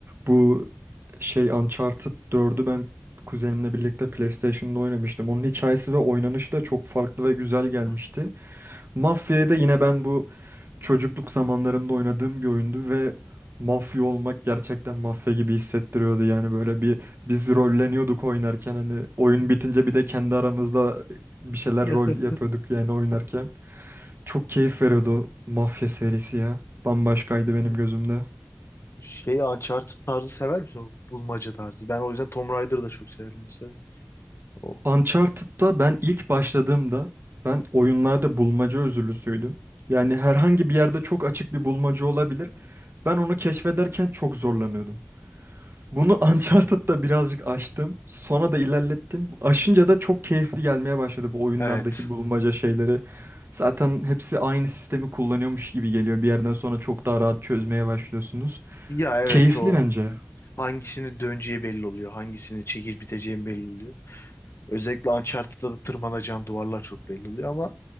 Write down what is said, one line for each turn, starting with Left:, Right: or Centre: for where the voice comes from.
Right: Bu şey Uncharted 4'ü ben kuzenimle birlikte PlayStation'da oynamıştım. Onun hikayesi ve oynanışı da çok farklı ve güzel gelmişti.
Left: hı,
Right: Mafya'ya da yine ben bu çocukluk zamanlarımda oynadığım bir oyundu ve mafya olmak gerçekten mafya gibi hissettiriyordu. Yani böyle bir biz rolleniyorduk oynarken hani oyun bitince bir de kendi aramızda bir şeyler
Left: hı,
Right: rol yapıyorduk yani oynarken. Çok keyif veriyordu o mafya serisi ya. Bambaşkaydı benim
Left: hı.
Right: gözümde.
Left: <laughs> Şey Uncharted tarzı sever misin? O bulmaca tarzı. Ben o yüzden Tomb Raider'ı da çok severim mesela. O.
Right: Uncharted'da ben ilk başladığımda ben oyunlarda bulmaca özürlüsüydüm. Yani herhangi bir yerde çok açık bir bulmaca olabilir.
Left: Hı.
Right: Ben onu keşfederken çok zorlanıyordum. Bunu <laughs> Uncharted'da birazcık aştım. Sonra da ilerlettim. Aşınca da çok keyifli gelmeye başladı bu oyunlardaki
Left: Evet.
Right: bulmaca şeyleri. Zaten hepsi aynı sistemi kullanıyormuş gibi geliyor. Bir yerden sonra çok daha rahat çözmeye başlıyorsunuz.
Left: Ya evet
Right: Keyifli
Left: o.
Right: bence.
Left: Hangisini döneceği belli oluyor. Hangisini çekip biteceğin belli oluyor. Özellikle Uncharted'da da tırmanacağın duvarlar çok belli oluyor ama